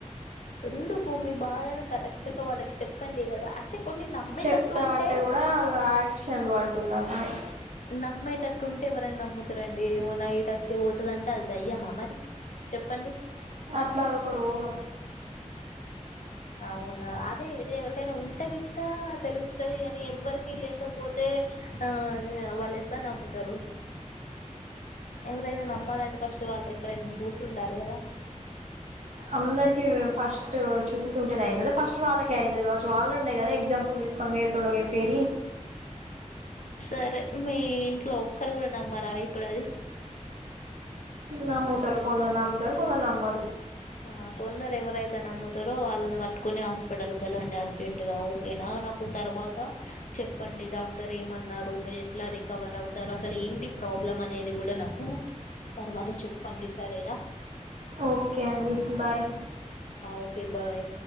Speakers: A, on the left; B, on the right.
A: ఎందుకు మీ బాధని కరెక్ట్గా వాళ్ళకి చెప్పండి కదా అంటే కొన్ని నమ్మేటట్టు
B: చెప్తా
A: ఉంటే
B: అంటే కూడా వాళ్ళు యాక్షన్లు అంటున్నారు నాయి
A: నమ్మేటట్టు ఉంటే ఎవరైనా నమ్ముతారండి ఏమో నైట్ అచ్చి పోతదంటే అది దయ్యమా మరి చెప్పండి
B: అట్లా అది ఒక రోగం
A: అవునా అదే ఇదే ఎవరికైనా ఉంటే గి టా తెలుస్తది కానీ ఎవ్వరికీ లేకపోతే ఆ వాళ్ళెట్లా నమ్ముతారు ఎవరైనా నమ్మాలంటే ఫస్ట్ వాళ్ళు ఎక్కడైనా చూసి ఉండాలి కదా
B: అందరికీ ఫస్టు చూసి ఉంటేనే ఐతదా ఫస్ట్ వాళ్ళకే ఐతది కావచ్చు వాళ్ళునుండే కదా ఎగ్జాం ను తీసుకొని వేరే టోళ్లకి చెప్పేది
A: సరే మీ ఇంట్లో ఒక్కరు కూడా నమ్మరా ఇప్పుడు అది
B: నమ్ముతారు కొందరు నమ్ముతారు కొందరు నమ్మరు
A: ఆ కొందరు ఎవరైతే నమ్ముతారో వాళ్ళని పట్టుకొని హాస్పిటల్కి వెళ్ళండి అర్జెంట్ ఓకేనా నాకు తర్వాత చెప్పండి డాక్టర్ ఏమన్నారు మీరు ఎట్లా రికవర్ అవుతు తర్వా అసలు ఏంటి ప్రాబ్లం అనేది కూడా నాకు తర్వాత చెప్పండి సరేనా
B: ఓకే అండి బాయ్
A: ఓకే బాయ్